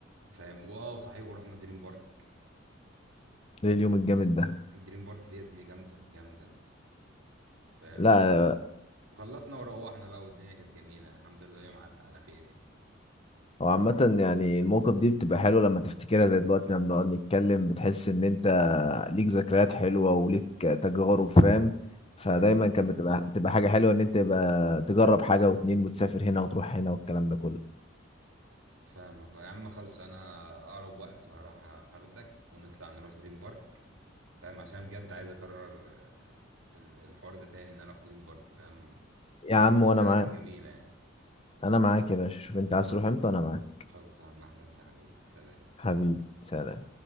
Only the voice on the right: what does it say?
فاهم واه صحيح ورحنا دريم بارك
دريم بارك دي يا زميلي جامده جامده فاهم
و- وخلصنا وروحنا بقى والدنيا كانت جميله يعني الحمد لله يوم عدى على خير يعني
دي
حقيقه
فاهمك يا عم خلص انا اقرب وقت وهروح ه- هاخدك ونطلع نروح دريم بارك فاهم عشان بجد عايز اكرر آه، ال- الحوار ده تاني ان انا اروح دريم بارك فاهم
هنعمل
فيها
حاجات جميله يعني
خلص
خلص يا عم احلى مسا عليك سلام